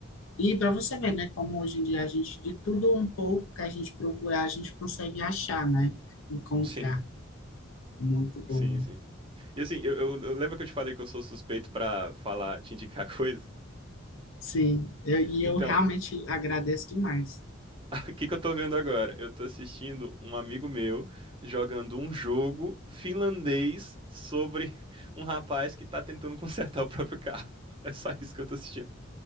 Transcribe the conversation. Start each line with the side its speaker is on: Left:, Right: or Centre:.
Left: E para você ver, né, como hoje em dia a gente, de tudo um pouco que a gente procurar, a gente consegue achar, né? Encontrar.
Right: Sim.
Left: Muito bom.
Right: Sim, sim. E assim, eu, eu, eu lembro que eu te falei que eu sou suspeito pra falar, te indicar coisa?
Left: Sim, eu, e
Right: Então,
Left: eu realmente agradeço demais.
Right: <laughs> o que que eu tô vendo agora? Eu tô assistindo um amigo meu jogando um jogo finlandês sobre <laughs> um rapaz que tá tentando <laughs> consertar o próprio carro. É só isso que eu tô assistindo.